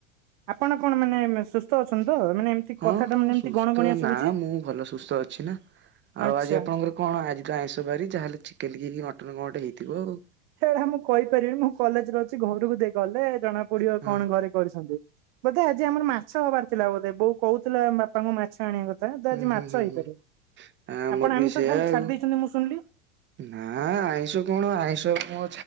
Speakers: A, on the right; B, on the right.
A: ଆପଣ କଣ ମାନେ ସୁସ୍ଥ ଅଛନ୍ତି ତ? ମାନେ
B: ହଁ
A: କଥାଟା
B: ହଁ
A: ମାନେ ଏମିତି
B: ସୁସ୍ଥ
A: ଗଣ ଗଣିଆ ଶୁଭୁଛି?
B: ନା ମୁଁ ଭଲ ସୁସ୍ଥ ଅଛି ନା। ଆଉ
A: ଆଚ୍ଛା।
B: ଆଜି ଆପଣଙ୍କର କଣ ଆଜି ତ ଆଇଁଷ ବାରି ଯାହେଲେ ଚିକେନ୍ ଟିକେ କି ମଟନ କଣ ଗୋଟେ ହେଇଥିବ ଆଉ।
A: ସେଇଟା ମୁଁ କହିପାରିବିନି ମୁଁ କଲେଜରେ ଅଛି ଘରକୁ ଦେଇ ଗଲେ ଜଣା ପଡ଼ିବ
B: ହଁ
A: କଣ ଘରେ କରିଛନ୍ତି ବୋଧେ ଆଜି ଆମର ମାଛ ହବାର ଥିଲା ବୋଧେ ବୋଉ କହୁଥିଲା ବାପାଙ୍କୁ ମାଛ ଆଣିବା କ ଥା ତ
B: ହୁଁ
A: ଆଜି
B: ହୁଁ
A: ମାଛ
B: ହୁଁ
A: ହେଇପାରିବ
B: ହୁଁ ଆମର
A: ଆପଣ
B: ବି
A: ଆମିଷ
B: ସେଇୟା
A: ଖାଇ
B: ଆଉ।
A: ଛାଡ଼ି ଦେଇଛନ୍ତି ମୁଁ ଶୁଣିଲି।
B: ନା ଆଇଁଷ କଣ ଆଇଁଷ କ